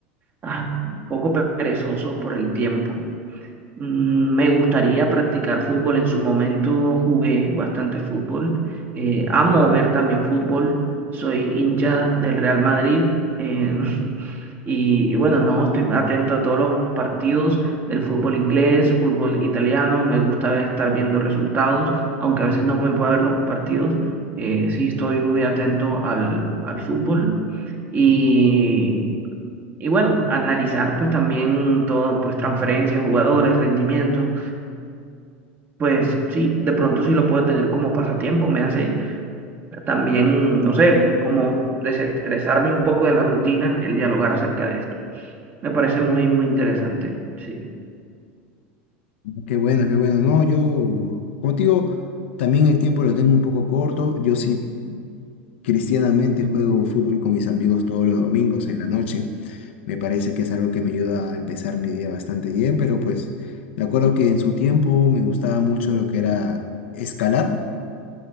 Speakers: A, on the right (about 30°); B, on the left (about 85°).
A: ah, un poco perezoso por el tiempo. Mm, Me gustaría practicar fútbol. En su momento jugué bastante fútbol. Eh, amo ver también fútbol. Soy hincha del Real Madrid. eh, <laughs> y, y bueno, no, estoy atento a todos los partidos del fútbol inglés, fútbol italiano. Me gusta ver- estar viendo resultados, aunque a veces no me puedo ver los partidos. eh, sí, estoy muy atento al, al fútbol. Y, y bueno, analizar pues también todo, pues transferencias, jugadores, rendimientos pues sí, de pronto sí lo puedo tener como pasatiempo, me hace también, no sé, como desestresarme un poco de la rutina, el dialogar acerca de esto. Me parece muy, muy interesante, sí.
B: Qué bueno, qué bueno. No, yo contigo también el tiempo lo tengo un poco corto. Yo sí cristianamente juego fútbol con mis amigos todos los domingos en la noche. Me parece que es algo que me ayuda a empezar mi día bastante bien, pero pues me acuerdo que en su tiempo me gustaba mucho lo que era escalar.